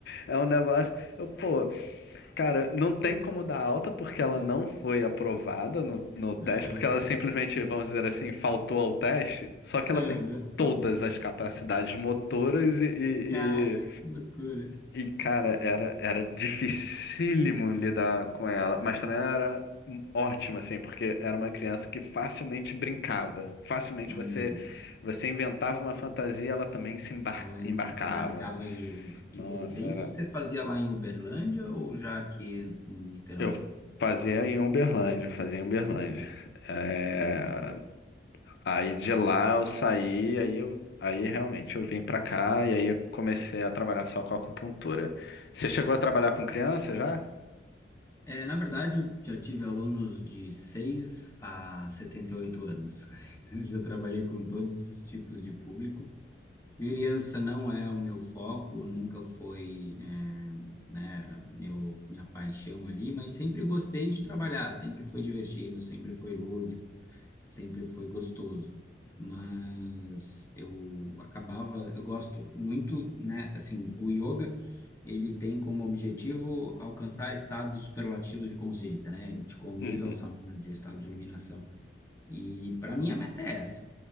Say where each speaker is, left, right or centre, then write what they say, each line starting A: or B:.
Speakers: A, on the left (about 65°); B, on the left (about 15°).
A: é um negócio. Eu, pô, cara, não tem como dar alta porque ela não foi aprovada no, no teste,
B: Aham,
A: porque ela simplesmente, vamos dizer assim, faltou ao teste, só que ela
B: aham.
A: tem todas as capacidades motoras e, e-
B: Cara, que loucura.
A: e, cara, era, era dificílimo lidar com ela, mas também era ótima, assim, porque era uma criança que facilmente brincava. Facilmente
B: Uhum.
A: você você inventava uma fantasia, ela também se embar-
B: Ela
A: embarcava.
B: embarcava junto, que
A: Nossa,
B: delícia. Isso
A: era.
B: você fazia lá em Uberlândia ou já aqui em Niterói?
A: Eu fazia em Uberlândia, fazia em Uberlândia. É, Aí de lá eu saí, aí eu. Aí realmente eu vim pra cá e aí eu comecei a trabalhar só com acupuntura. Você chegou a trabalhar com criança já?
B: É, na verdade, eu já tive alunos de 6 a 78 anos. <laughs> Eu já trabalhei com todos os tipos de público. Criança não é o meu foco, nunca foi, é, né, meu, minha paixão ali, mas sempre gostei de trabalhar, sempre foi divertido, sempre foi lúdico sempre foi gostoso. Mas eu acabava, eu gosto muito, né? Assim, o yoga, ele tem como objetivo alcançar estados superlativos de consciência, né? Ele te conduz
A: Uhum,
B: ao samadhi, ao estado de iluminação. E para mim a meta é essa.